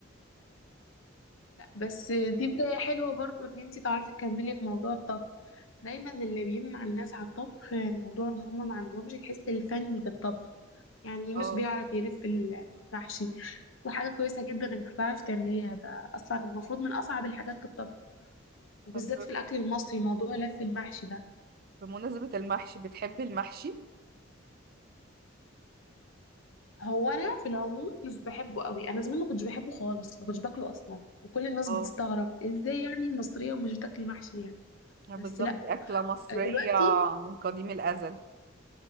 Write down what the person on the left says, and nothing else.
لا بس دي بداية حلوة برضو ان انتي تعرفي تكملي في موضوع الطبخ دايما اللي بيمنع الناس على الطبخ موضوع ان هما ما عندهمش الحس الفني في الطبخ يعني مش
بيعرف يلف المحشي وحاجة كويسة جدا انك بتعرفي تعمليها ده اصلا المفروض من اصعب الحاجات في الطبخ وبالذات
في الاكل المصري موضوع لف المحشي ده
هو انا في العموم مش بحبه قوي انا زمان ما كنتش بحبه خالص ما كنتش باكله اصلا وكل الناس
بتستغرب ازاي يعني المصرية ومش بتاكلي محشي يعني
بس لا
دلوقتي